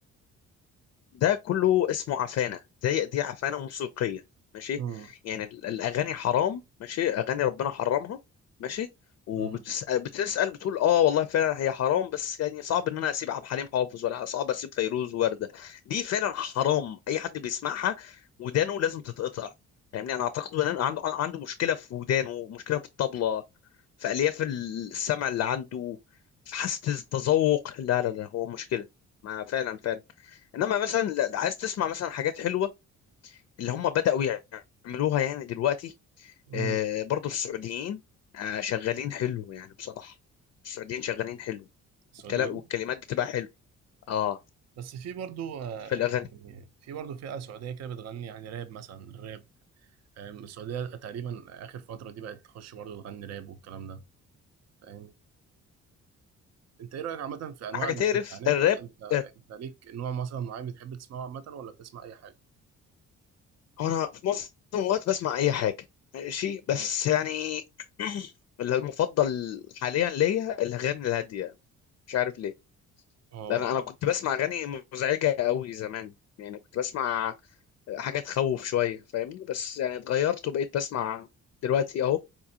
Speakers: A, on the left; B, on the right.
A: ده كله اسمه عفانة دي دي عفانة موسيقية ماشي
B: امم
A: يعني ال- الأغاني حرام ماشي أغاني ربنا حرمها ماشي وبتسأل
B: امم
A: بتسأل بتقول اه والله فعلا هي حرام بس يعني صعب ان انا اسيب عبد الحليم حافظ ولا صعب اسيب فيروز ووردة دي فعلا حرام اي حد بيسمعها ودانه لازم تتقطع يعني انا اعتقد ان أنا عنده عنده مشكلة في ودانه مشكلة في الطبلة في الياف السمع اللي عنده في حاسة التذوق لا لا لا هو مشكلة ما فعلا فعلا انما مثلا لا- عايز تسمع مثلا حاجات حلوه اللي هم بداوا يعملوها يعني دلوقتي
B: امم
A: آه، برضو السعوديين آه، شغالين حلو يعني بصراحه السعوديين شغالين حلو والكلام
B: سعوديين
A: والكلمات بتبقى حلو اه
B: بس في برضو آه،
A: في الاغاني
B: يعني في برضو فئه سعوديه كده بتغني يعني راب مثلا الراب فاهم السعوديه تقريبا اخر فتره دي بقت تخش برضو تغني راب والكلام ده فاهم انت ايه رايك عامه في انواع
A: حاجه
B: الموسيقى
A: تعرف
B: يعني انت
A: الراب
B: انت
A: آه،
B: انت ليك نوع مثلا معين بتحب تسمعه عامه ولا بتسمع اي حاجه
A: انا في معظم الوقت بسمع اي حاجه ماشي بس
B: اه
A: يعني <clears throat> المفضل حاليا ليا الاغاني الهاديه مش عارف ليه
B: اه
A: انا انا كنت بسمع اغاني مزعجه قوي زمان يعني كنت بسمع حاجه تخوف شويه فاهمني بس يعني اتغيرت وبقيت بسمع دلوقتي اهو